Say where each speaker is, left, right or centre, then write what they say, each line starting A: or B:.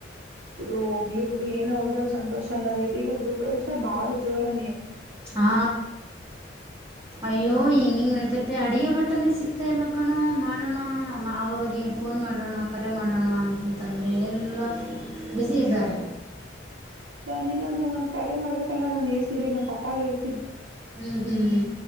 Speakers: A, on the right; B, on the right.
A: ಇದು ಹೋಗಲಿ ಬಿಡು ಏ ಅವ್ರಗ ಒಂದು ಸಂತೋಷ ಅನ್ನೋದೈಐತೆ ಈಗ ಗುರುಪ್ರವೇಶ ಬಹಳ ಜೋರನ್ನಯ
B: ಹಾ ಅಯ್ಯೋ ಎಂಗ ನತತ ಅಡ ಬಟ್ಟನೆ ಸಿಕ್ತಾ ಇಲ್ಲ ಕಣ ಮಾಡೋಣ ಅವ್ರಿಗೆ ಫೋನ್ ಮಾಡೋಣ ಕರೆ ಮಾಡೋಣ ಅಂತಂತಂದ ಆದರೆ ಎಲ್ಲ ಬ್ಯುಸ ಇದ್ದಾರೆ
A: ನೀ ಒಂದೊಂದ್ ಕರೆ ಮಾಡಬೇಕಲ್ಲ ನಾನನ್ ಹೇಳ್ತಿದ್ದನ ನನ್ ಪ ಹೇಳ್
B: ಹ್ಮ್ ಹ್ಮ್